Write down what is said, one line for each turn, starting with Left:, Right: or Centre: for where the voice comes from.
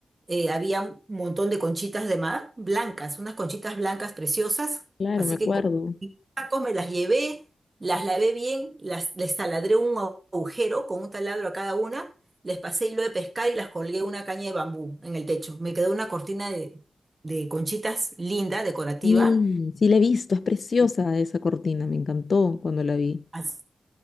Right: eh, había un montón de conchitas de mar, blancas, unas conchitas blancas preciosas,
Left: claro,
Right: así
Left: me acuerdo.
Right: que con tacos me las llevé, las lavé bien, las, les taladré un agujero con un taladro a cada una les pasé hilo de pescar y las colgué una caña de bambú en el techo. Me quedó una cortina de, de conchitas linda, decorativa.
Left: Sí, sí la he visto, es preciosa esa cortina, me encantó cuando la vi.
Right: As-